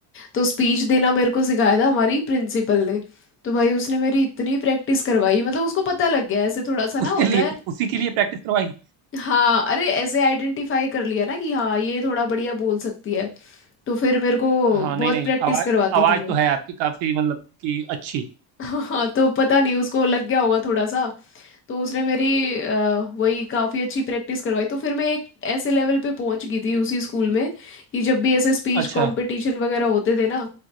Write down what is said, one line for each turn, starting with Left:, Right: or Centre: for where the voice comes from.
Left: तो स्पीच देना मेरे को सिखाया था हमारी प्रिंसिपल ने तो भाई उसने मेरी इतनी प्रैक्टिस करवाई मतलब उसको पता लग गया ऐसे थोड़ा सा
Right: उसके
Left: ना होता
Right: लिए
Left: है
Right: उसी के लिए प्रैक्टिस करवाई
Left: हाँ अरे ऐसे आइडेंटिफाई कर लिया ना कि हाँ ये थोड़ा बढ़िया बोल सकती है तो फिर मेरे को
Right: हाँ
Left: बहुत
Right: नहीं नहीं
Left: प्रैक्टिस
Right: आवाज
Left: करवाती
Right: आवाज
Left: थी वो
Right: तो है आपकी काफी मतलब कि अच्छी
Left: हाँ तो पता नहीं उसको लग गया होगा थोड़ा सा तो उसने मेरी अ, वही काफ़ी अच्छी प्रैक्टिस करवाई तो फिर मैं एक ऐसे लेवल पे पहुंच गई थी उसी स्कूल में कि जब भी ऐसे स्पीच
Right: अच्छा
Left: कंपटीशन वगैरह होते थे ना